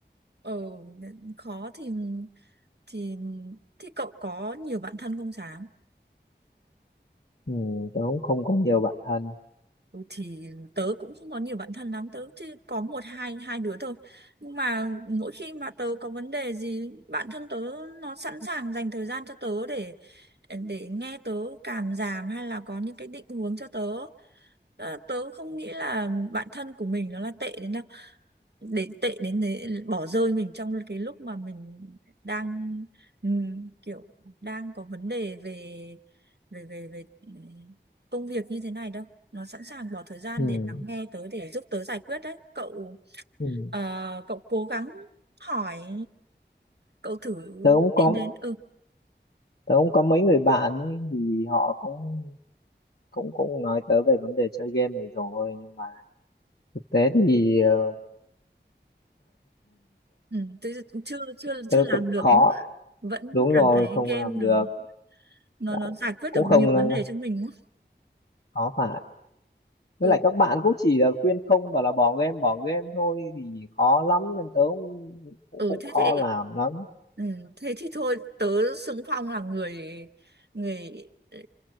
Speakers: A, on the right (about 60°); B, on the left (about 60°).
A: Ừ, khó thì thì thì cậu có nhiều bạn thân không Sáng?
B: Ừm, tớ cũng không có nhiều bạn thân
A: Ừ, thì tớ cũng không có nhiều bạn thân lắm tớ chỉ có một hai hai đứa thôi nhưng mà mỗi khi mà tớ có vấn đề gì bạn thân tớ nó sẵn sàng dành thời gian cho tớ để để nghe tớ cảm giảm hay là có những cái định hướng cho tớ Ờ, tớ không nghĩ là bạn thân của mình nó là tệ đến đâu đến tệ đến đấy bỏ rơi mình trong cái lúc mà mình đang ừm, kiểu đang có vấn đề về về về về ừm, công việc như thế này đâu nó sẵn sàng bỏ thời gian
B: Ừm,
A: để lắng nghe tớ để giúp tớ giải quyết đấy cậu
B: ừm.
A: ờ, cậu cố gắng hỏi cậu thử
B: tớ cũng có
A: tìm đến ừ,
B: tớ cũng có mấy người bạn ấy, thì họ cũng cũng cũng nói tớ về vấn đề chơi game này rồi nhưng mà thực tế thì ờ,
A: ừ tớ chưa chưa
B: tớ
A: chưa làm
B: tự
A: được
B: khó
A: vẫn
B: đúng rồi
A: cảm thấy
B: không
A: game
B: làm
A: nó
B: được
A: nó
B: Đấy.
A: nó giải quyết
B: cũng
A: được
B: không
A: nhiều vấn
B: ờ,
A: đề cho mình quá.
B: khó phải với
A: ừ
B: lại các bạn cũng chỉ là khuyên không bảo là bỏ game bỏ game thôi thì khó lắm nên tớ cũng cũng,
A: ừ
B: cũng
A: thế
B: khó
A: thì
B: làm lắm
A: ừ, thế thì thôi tớ xưng Phong là người người ừ,